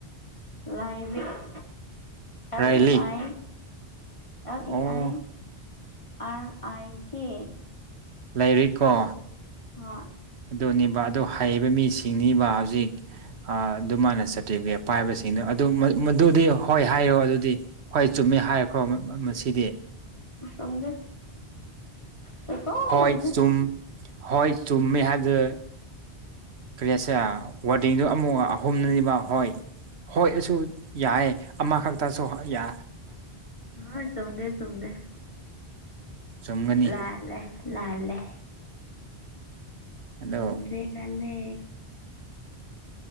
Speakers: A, on the left; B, on the right.
A: ꯂꯥꯏꯚꯛ ꯑꯦꯜ
B: ꯂꯥꯏꯔꯤꯛ
A: ꯏ ꯑꯥꯏ ꯂ ꯏ
B: ꯑꯣ
A: ꯑꯥꯏ ꯔ ꯑꯥꯏ ꯀꯦ꯫
B: ꯂꯩꯔꯤꯛꯀꯣ꯫
A: ꯍꯣꯏ
B: ꯑꯗꯨꯅꯦꯕ ꯑꯗꯨ ꯍꯩꯕ ꯃꯤꯁꯤꯡꯅꯤꯕ ꯍꯧꯖꯤꯛ ꯑꯗꯨꯃꯥꯏꯅ ꯁꯠꯇꯕꯤꯒꯦꯠ ꯄꯥꯏꯕꯁꯤꯡꯗꯣ ꯑꯗꯨ ꯃꯗꯨꯗꯤ ꯍꯣꯏ ꯍꯥꯏꯌꯣ ꯑꯗꯨꯗꯤ ꯍꯣꯏ ꯆꯨꯝꯃꯦ ꯍꯥꯏꯔꯈ꯭ꯔꯣ ꯃꯁꯤꯗꯤ
A: ꯆꯨꯝꯗꯦ ꯁꯨꯛꯆꯨꯝ
B: ꯍꯣꯏ
A: ꯆꯨꯝꯗꯦ
B: ꯆꯨꯝ ꯍꯣꯏ ꯆꯨꯝꯃꯦ ꯍꯥꯏꯕꯗꯨ ꯀꯔꯤꯁ <unintelligible> ꯋꯥꯔꯗꯤꯡꯗꯨꯣ ꯑꯃꯨꯛ ꯑꯍꯨꯝꯅꯅꯦꯕ ꯍꯣꯏ ꯍꯣꯏ ꯑꯁꯨ ꯌꯥꯏꯦ꯫ ꯑꯃ ꯈꯛꯇꯁꯨ ꯌꯥ
A: ꯑ ꯆꯨꯝꯗꯦ ꯆꯨꯝꯗꯦ꯫
B: ꯆꯨꯝꯒꯅꯤ
A: ꯂꯥꯜꯂꯦ ꯂꯥꯜꯂꯦ꯫
B: ꯑꯗꯣ
A: ꯆꯨꯝꯗꯦ ꯂꯥꯜꯂꯦ꯫